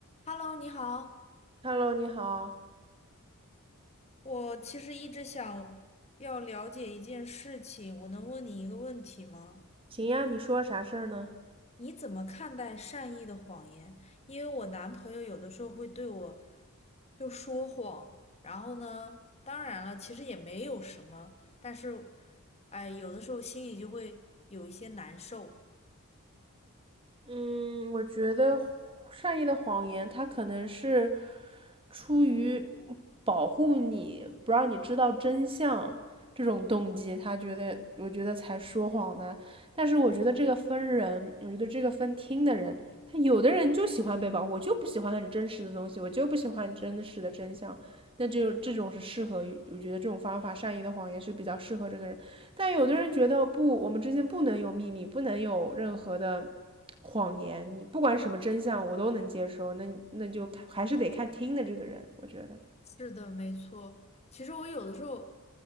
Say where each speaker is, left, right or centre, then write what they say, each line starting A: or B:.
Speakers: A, on the left; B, on the right.
A: Hello，你好，
B: Hello，你好，
A: 我其实一直想要了解一件事情，我能问你一个问题吗？
B: 行呀，你说啥事儿呢？
A: 你怎么看待善意的谎言？因为我男朋友有的时候会对我就说谎，然后呢，当然了，其实也没有什么，但是，哎，有的时候心里就会有一些难受。
B: 嗯，我觉得善意的谎言，它可能是出于保护你，不让你知道真相这种动机，他觉得，我觉得才说谎的。但是我觉得这个分人，我觉得这个分听的人，他有的人就喜欢被保护，我就不喜欢很真实的东西，我就不喜欢真实的真相。那只有这种是适合我觉得这种方法善意的谎言是比较适合这个人。但有的人觉得不，我们之间不能有秘密，不能有任何的谎言，你不管什么真相我都能接受，那那就还是得看听的这个人，我觉得。
A: 是的，没错。其实我有的时候